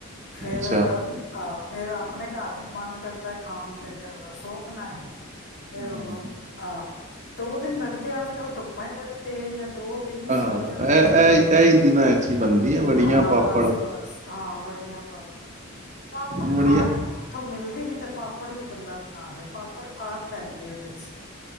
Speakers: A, on the left; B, on the right.
A: ਫੇਰ
B: ਅੱਛਾ
A: ਆਹ ਫੇਰ ਆਪਣੇ ਘਰ ਵੀ ਮਨ ਕਰਦਾ ਖਾਣ ਤੇ, ਫਿਰ ਬਸ ਉਹ ਬਣਾਈਆਂ ਫੇਰ
B: ਹਮ,
A: ਉਹਨੂੰ ਆਹ ਦੋ ਦਿਨ ਲ ਤੇ ਅੱਜ-ਕੱਲ ਧੁੱਪਾਂ ਹੀ ਬੜੇ ਤੇਜ਼ ਨੇ। ਦੋ ਦਿਨ ਹੀ
B: ਹਾਂ
A: ਸੁੱਕ ਜਾਂਦੇ
B: ਇਹ
A: ਜੇ
B: ਇਹ ਇਹ ਹੀ ਦਿਨਾਂ ਵਿੱਚ ਹੀ ਬਣਦੀ ਹੈ ਵੜੀਆਂ
A: ਹਾਂ
B: ਪਾਪੜ
A: ਬਸ-ਬਸ ਹਾਂ ਵੜੀਆਂ। ਪਾਪੜ-ਪਾਪੜ
B: ਵੜੀਆਂ
A: ਖਾਣ ਨੀ ਇਥੋਂ ਮਿਲਦੇ ਨੀ ਤੇ ਪਾਪੜ ਵੀ ਬੰਦਾ ਬਣਾ ਲਏ ਪਾਪੜ ਖਾਣ ਪੈਂਦੇ ਉਹਦੇ ਚ